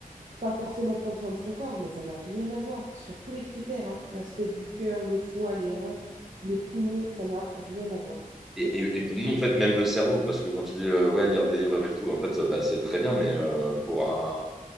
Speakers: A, on the right; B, in the centre.
A: pas forcément prendre soin de son corps, mais ça n'a rien à voir sur tous les critères. hein. L'aspect du cœur, le foie, les reins, les poumons, ça n'a rien à voir. C'est
B: Et, et,
A: un
B: et pour nous, en fait, même le cerveau, parce que quand tu dis euh, ouais, lire des livres avec tout, en fait, euh, bah, c'est très bien, mais euh, pour un